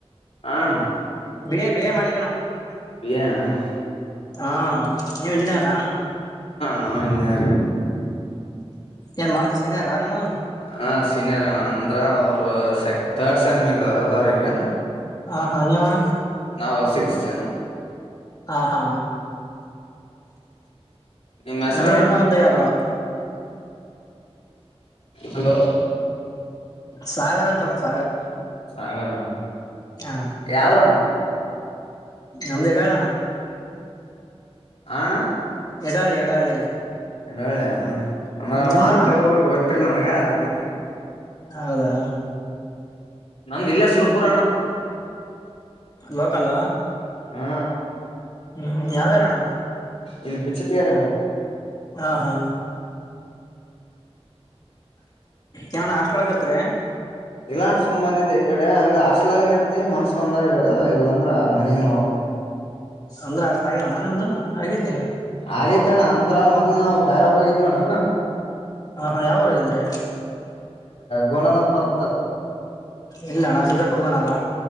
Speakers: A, on the left; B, on the left.
A: ಹನು
B: ಬೇ ಬೇ ಮಾಡ
A: ಎ ಅಣ್ಣ
B: ಹಾ ನೀ ಇಂಜಿನಿಯಾರಾ
A: ನಾವವು ಇಂಜಿನಿಯಾರಿಂಗ್
B: ಏನ್ ಮಾಡ್ತ ಸಿನಯಾರ ನೀವು
A: ಹ ಸೀನಿಯರ್ ಅಣ್ಣ ಅಂದ್ರ ಅವರು ಸೆ ತಥರ್ಡ್ ಸೆಮ್ ಇ ಅದ್ರ ಈಗ
B: ಹಾ ಹಾ ನೀವಣ
A: ನಾವು ಸಿಕ್ಸ್ ಸಮ್
B: ಹಾ ಹಾ
A: ನಿಮ್ ಹೆಸರಣ್ಣ
B: ಅಂದ್ರೆ ಇನ್ನೂ ಒಂದ ಯಾರು
A: ಹಲೋ
B: ಸಾಗರ ಅಂತಣ್ಣ ಸಾಗರ
A: ಸಾಗರ ಅಣ್ಣ
B: ಹ
A: ಯಾವೂರಣ್ಣ
B: ನಂದ ಇಡಗಣ
A: ಆಣ
B: ಎಡಾಳಿ ಎಡಾಳಿ
A: ಎ ಒಳ್ಳೆ ಅಂದ್ರ
B: ನಿಮ್ದಣ್ಣ
A: ಮಾರಚ್ರ್ ರ್ಗ್ ಗೊತ್ತಿಲ್ಲ ನನ್ಗ ಅದ್ಕಕ
B: ಹೌದಾ
A: ನಮ್ದುಲ್ಲ ಸುರಪುರಾಣ
B: ಲೋಕಲ್ಲ
A: ಹಾ
B: ಹ್ಮ್ ಾವುವೇರಣ
A: ನಿಲ್ಭ ತರಾನ
B: ಹಾ ಹಾ ಏನಾನ ಹಾಸ್ಟೆಲ್ ಒಗ ಇರ್ತ್ರಿ
A: ಎಲ್ಲಾ ತುಂಬ್ ಬಂದಿದ್ದ್ ಈ ಕಡೆ ಹಂಗ ಹಾಸ್ಲ್ಾಗ ಇರ್ತನಿ ಮನ್ಸ್ ಬಂದಾಗ ಇಲ್ಲಾಂದ್ರ ಆ ಮನಗ ಹೋಗತನಿ
B: ಅಂಗ್ರ ಆತ್ಲಾಗಿಲ್ಲಲಾನ್ಣ ನಿಮ್ದು ಆಗೈತೆ
A: ಆೇತಣ್ಣ ಅಂದ್ರ ಮೊದ್ಲ್ ನಾವು ಬೇರೆವರಾಗಿದ್ವಣ್ಣ
B: ಹಾ ಹಾ ಯಾವರಾಗಿದ್ರೆ
A: ಗೋನಾಲ ಬತ
B: ಇಲ್ಲ ಅಣ್ಣ ಸಿದ್ದಪುರಣಲ್ಲ